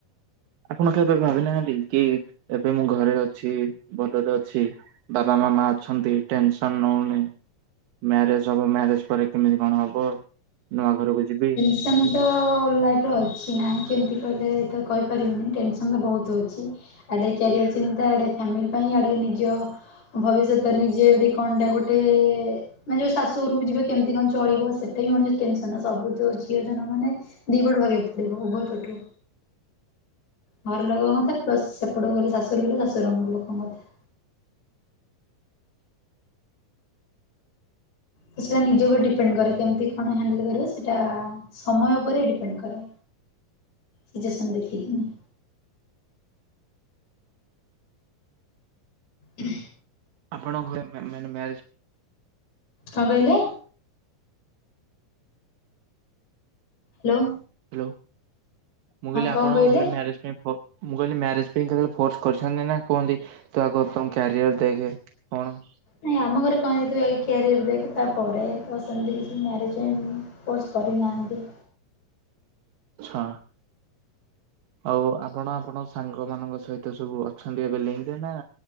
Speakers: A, on the right; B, on the left.
A: ଆପଣ କେବେ ଭାବି ନାହାନ୍ତି କି ଏବେ ମୁଁ ଘରେ ଅଛି ଭଲରେ ଅଛି। ବାବା ମାମା ଅଛନ୍ତି ଟେନସନ୍ ନଉନି। ମ୍ୟାରେଜ୍ ହବ, ମ୍ୟାରେଜ୍ ପରେ କେମିତି କଣ ହବ? ନୂଆ ଘରୁକୁ ଯିବି।
B: ସେମିତିତ ଲାଇଫରେ ଅଛି ନାଇଁ କେମତି କହିଲେ ତ କହିପାରିବିନି ଟେନସନ୍ ତ ବହୁତ୍ ଅଛି। ଆଡେ କ୍ୟାରିଅର ଚିନ୍ତା ଆଡେ ଫ୍ୟାମିଲ ପାଇଁ ଆଡେ ନିଜ ଭବିଷ୍ୟତରେ ନିଜେ ଏଠି କଣଟା ଗୋଟେ ମାନେ ଯୋଉ ଶାଶୁଘରୁକୁ ଯିବେ କେମତି କଣ ଚଳିବ, ସେଟା ବି ମଣିଷ ଟେନସ ସବୁ ତ ଝିଅ ଜନମ ମାନେ ଦି ପଟୁ ଭାବିବାକୁ ପଡିବ ଉଭୟ ପଟରୁ। ଘର ଲୋକଙ୍କ କଥା ପ୍ଲସ୍ ସେପଟକୁ ଗଲେ ଶାଶୁ ଘରୁକୁ ଗଲେ ଶାଶୁଘର ଲୋକଙ୍କ କଥା। ତ ସେଟା ନିଜ ଉପରେ ଡିପେଣ୍ଡ କରେ କେମତି କଣ ହ୍ୟାଣ୍ଡେଲ କରିବ ସେଟା ସମୟ ଓପେରେ ଡିପେଣ୍ଡ କରେ ସିଚୁଏସନ୍ ଦେଖିକିନି। ହୁଁ
A: ଆପଣଙ୍କ ଘରେ ମ୍ୟା ମ୍ୟାନେ ମ୍ୟାରେଜ୍
B: କଁ କଇଲେ? ହାଲୋ।
A: ହାଲୋ, ମୁଁ କଇଲି ଆପଣଙ୍କ
B: କଣ କହିଲେ?
A: ଘରେ ମ୍ୟାରେଜ ପାଇଁ ଫୋ ମୁଁ କଇଲି ମ୍ୟାରେଜ୍ ପାଇଁ କେତେବେଳେ ଫୋର୍ସ କରିସନ୍ତି ନା କୁହନ୍ତି ତୁ ଆଗ ତମ କ୍ୟାରିଅର ଦେଖେ କଣ?
B: ନାଇଁ ଆମ ଘରେ କହନ୍ତି ତୁ ଆଗେ କ୍ୟାରିଅର ଦେଖେ ତା ପରେ ତ ସେମତି କିଛି ମ୍ୟାରେଜ କେମ୍ ଫୋର୍ସ କରିନାଆନ୍ତି।
A: ଆଚ୍ଛା! ଆଉ ଆପଣ ଆପଣ ସାଙ୍ଗ ମାନଙ୍କ ସହିତ ସବୁ ଅଛନ୍ତି ଏବେ ଲିଙ୍କ୍ ରେ ନା